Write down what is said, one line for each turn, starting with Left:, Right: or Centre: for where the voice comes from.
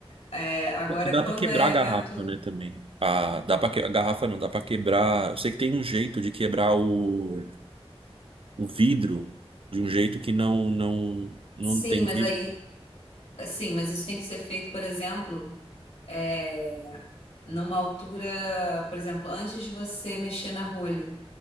Left: É, agora,
Right: Dá dá
Left: quando
Right: pra quebrar
Left: é
Right: a
Left: evento.
Right: garrafa, né, também. Ah, dá para que... a garrafa não, dá pra quebrar. Eu sei que tem um jeito de quebrar o, o vidro de um jeito que não não não
Left: Sim,
Right: tem
Left: mas
Right: risco.
Left: aí. Sim, mas isso tem que ser feito, por exemplo, é, numa altura, por exemplo, antes de você mexer na rolha.